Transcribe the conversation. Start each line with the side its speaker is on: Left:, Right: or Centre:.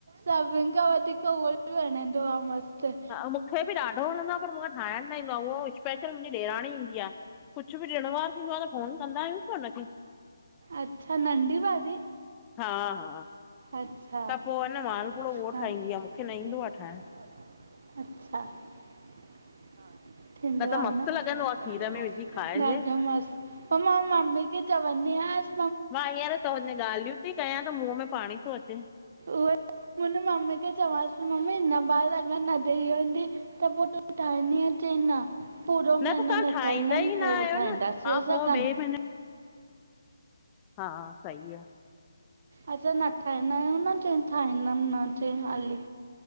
Right: सभिन खां वधीक उहो बि वणंदो आ मस्त --
Left: हा, मुखे बि ॾाढो वणंदो आ पर मुंखे ठाहिण न ईंदो आ, उहा स्पेशल मुंजी ॾेराणी ईंदी आ कुछ बि ॾिणवार थींदो आ, त फोन कंदा आहियूं न हुनखे
Right: अच्छा नंढी वारी?
Left: हा - हा
Right: अच्छा,
Left: त पोइ अन
Right: त
Left: मालपुड़ो
Right: पो ह न
Left: उहो
Right: मांजो हा
Left: ठाहींदी
Right: हुवो
Left: आहे मूंखे
Right: ठाहिंदी
Left: न ईंदो
Right: आ मुखे
Left: आहे ठाहिण
Right: न हींदो आ ठायण अच्छा हा थींदो
Left: न त
Right: आ
Left: मस्तु
Right: न-न
Left: लॻंदो
Right: त मस्त
Left: आहे खीर
Right: लगंदो
Left: में विझी
Right: आ खीर
Left: खाइजे
Right: मे ढाॾो मस्त पो मां मम्मी खें चवंदी आहिस
Left: मां हींअर त हुन ॻाल्हियूं थी कयां त मुंहं में पाणी थो अचे।
Right: उहे हुन मम्मी खे चवांसि मम्मी न बाहर अगर न ॾेई वञे। त पो तू ठाईंदी ए कि न? पूरो महनो
Left: त तव्हां
Right: न
Left: ठाहींदा
Right: ठाइंदम
Left: ई न
Right: पो
Left: आहियो
Right: ठहंदासीं
Left: न। हा
Right: असां
Left: पो
Right: कन
Left: ॿिए महीने हा सही आहे <unintelligible>
Right: असां न ठाहींदा आहियूं न च ठाहींदम न चय हाली।